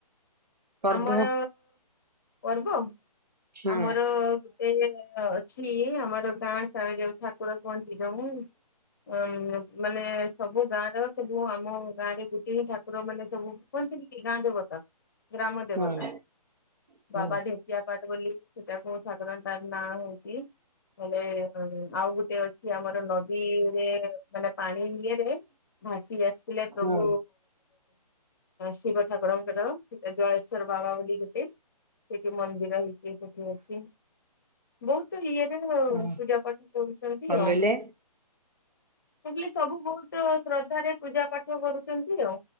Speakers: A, on the right; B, on the left.
A: ପର୍ବ?
B: ଆମର ପର୍ବ
A: ହୁଁ
B: ଆମର ଗୋଟେ ହୁଏ ଛି ଆମର ଗାଁ ଟା ଯଉ ଠାକୁର <unintelligible> ଯଉ ଅଁ ମାନେ ସବୁ ଗାଁ ର ସବୁ ଆମ ଗାଁ ରେ ଗୋଟେ ହିଁ ଠାକୁର ମାନେ ସବୁ କହନ୍ତି କି ଗାଁ ଦେବତା। ଗ୍ରାମ ଦେବତା
A: ହୁଁ
B: ବାବାଢି
A: ହୁଁ
B: ପୂଜା ପାଠ ବୋଲି ସେଟାକୁ ଠାକୁରଙ୍କର ନାଁ ହଉଚି ହେଲେ ଆଉ ଗୋଟେ ଅଛି ଆମର ନଦୀରେ ମାନେ ପାଣି ଇଏରେ ଭାସି ଆସିଥିଲେ ପ୍ରଭୁ
A: ହୁଁ
B: ଶିବ ଠାକୁରଙ୍କର ଜଳେଶ୍ଵର ବାବା ବୋଲି ଗୋଟେ ସେଠି ମନ୍ଦିର ହେଇଚି ସେଠି ଅଛି। ବହୁତୁ ଇଏରେ ଆଉ
A: ହଁ
B: ପୂଜା ପାଠ କରୁଚନ୍ତି
A: କଣ
B: ଆଉ।
A: କହିଲେ?
B: କିହିଲି ସବୁ ବହୁତ୍ ଶ୍ରଦ୍ଧା ରେ ପୂଜା ପାଠ କରୁଚନ୍ତି ଆଉ।